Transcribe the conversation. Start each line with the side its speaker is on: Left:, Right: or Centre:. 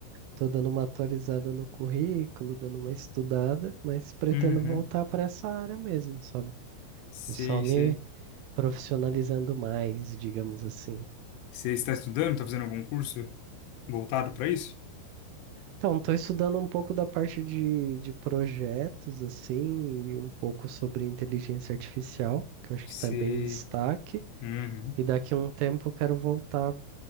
Right: Tô dando uma atualizada no currículo, dando uma estudada, mas pretendo
Left: Uhum.
Right: voltar para essa área mesmo, sabe?
Left: Sei,
Right: Tô só me
Left: sei.
Right: profissionalizando mais, digamos assim.
Left: Você está estudando? Tá fazendo algum curso voltado para isso?
Right: Então, tô estudando um pouco da parte de, de projetos, assim, e um pouco sobre inteligência artificial, que eu acho
Left: Sei.
Right: que está bem em destaque.
Left: Uhum.
Right: E daqui a um tempo eu quero voltar